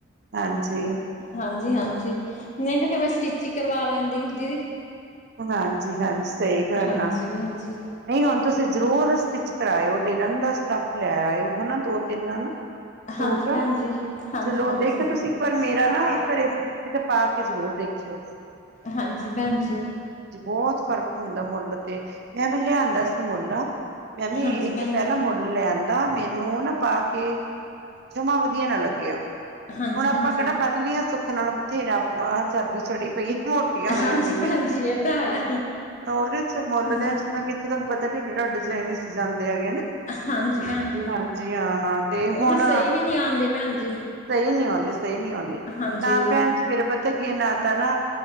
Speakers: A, on the right (about 50°); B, on the left (about 35°).
A: ਹਾਂਜੀ।
B: ਹਾਂਜੀ-ਹਾਂਜੀ ਨਈ ਤੇ ਫੇਰ ਮੈਂ ਸਟਿਚ ਕਰਵਾ ਲੈਂਦੀ ਦੀਦੀ
A: ਹਾਂਜੀ-ਹਾਂਜੀ ਸਈ ਗੱਲ
B: ਹਾਂਜੀ
A: ਆ।
B: ਭੈਣ ਜੀ
A: ਨਈ ਹੁਨ ਤੁਸੀਂ ਜ਼ਰੂਰ ਸਟਿਚ ਕਰਾਓ ਲਿਲਨ ਦਾ ਸਟਫ ਲੈ ਆਇਓ ਹਨਾ ਦੋ, ਤਿੰਨ ਹਨਾ ਸੂਟ,
B: ਹਾਂਜੀ ਭੈਣ ਜੀ ਹਾਂਜੀ
A: ਚਲੋ
B: ਹਾਂਜੀ
A: ਦੇਖਿ ਤੁਸੀਂ ਇੱਕ ਵਾਰ ਮੇਰਾ
B: ਪਰ
A: ਨਾ ਘਰੇ ਸ ਤੇ ਪਾ ਕੇ ਜ਼ਰੂਰ ਦੇਖੀ ਕੋ <unintelligible>
B: ਹਾਂਜੀ ਭੈਨ ਜੀ।
A: ਬੋਹਤ ਫ਼ਰਕ ਹੁੰਦਾ ਮੋਲ ਤੇ, ਮੈ ਵੀ ਲਿਆਂਦਾ ਸੀ ਮੋਲ ਮੈਂ ਵੀ
B: ਹਾਂਜੀ
A: ਏਕ
B: ਭੈਣ
A: ਪੈਲਾਂ
B: ਜੀ
A: ਮੋਲ ਲਿਆਂਦਾ ਮੈਨੂੰ ਉ ਨਾ ਪਾ ਕੇ, ਜਮਾਂ ਵਧੀਆ ਨਾ ਲੱਗਿਆ।
B: ਹਾਂਜੀ
A: ਹੁਨ ਆਪਾਂ
B: ਭੈਣ
A: ਕੇੜਾ
B: ਜੀ
A: ਪਤਲੀਆਂ ਸੁੱਖ ਨਾਲ ਬਥੇਰਾ ਚਰਬੀ ਚੜੀ ਪਈ ਏ। ਮੋਟੀਆਂ ਹੋਈਆਂ
B: ਹਾਂਜੀ
A: ਪਈਆਂ,
B: ਭੈਣ ਜੀ ਇਹ ਤਾਂ ਹੈ
A: ਉਦੇ ਚ ਮੁੱਲਦਿਆਂ
B: ਹਾਂਜੀ
A: ਤਾਂ ਕਿੱਥੇ ਤੁਹਾਨੂੰ ਪਤਾ ਢਿੱਡ ਢਾਡ ਜੇ ਆਈ ਦਿੱਖ ਜਾਂਦੇ ਹੈਗੇ ਨੇ।
B: ਹਾਂਜੀ ਭੈਣ ਜੀ
A: ਹਾਂਜੀ ਹਾਂ ਤੇ
B: ਉਹ
A: ਹੁਨ
B: ਤਾਂ ਸਹੀ ਵੀ ਨਹੀਂ ਆਉਂਦੇ ਭੈਣ ਜੀ
A: ਸਈ ਨੀ ਆਉਂਦੇ ਸਈ ਨ ਆਉਂਦੇ
B: ਹਾਂਜੀ,
A: ਨਾ ਭੈਣ ਫੇਰ ਪਤਾ ਕੀ ਨਾ ਤਾਂ ਨਾ